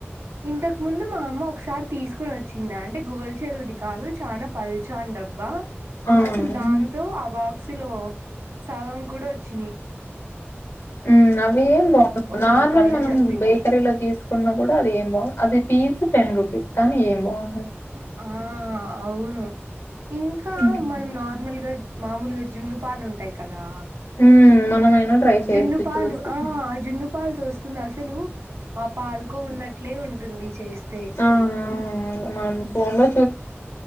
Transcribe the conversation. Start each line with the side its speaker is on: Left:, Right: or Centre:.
Right: ఇంతకు ముందు మా అమ్మ ఒక తాడు తీసుకొని వచ్చిందా అండి గువల్ చెరువుది కాదు చానా పల్చావుందఅబ్బా
Left: ఆ
Right: అసలు దాన్తో అబా అసలూ సగం కూడా వచ్చి
Left: మ్మ్ అవి ఏం బావుండవు
Right: వంద
Left: నార్మల్
Right: రూపాయలు
Left: మనం
Right: చెప్పింది
Left: బేకరీలో తీసుకున్నా కూడా అది ఏం బావు అది పీస్ టెన్ రుపీస్ కానీ ఏం బావు
Right: అ అ ఆ అవును ఇంకా
Left: హ్మ్.
Right: మనం నార్మల్గా మామూలుగా జున్ను పాలు ఉంటాయి కదా,
Left: హ్మ్. మనమైనా ట్రై చేయొచ్చు
Right: జున్ను పాలు
Left: చూసి.
Right: ఆ ఆ జున్ను పాలుతోస్తుంది అసలూ ఆ పాలుకోవున్నట్లే ఉం టుంది చేసి స్తే
Left: ఆ! అవును. మనం పొన్గా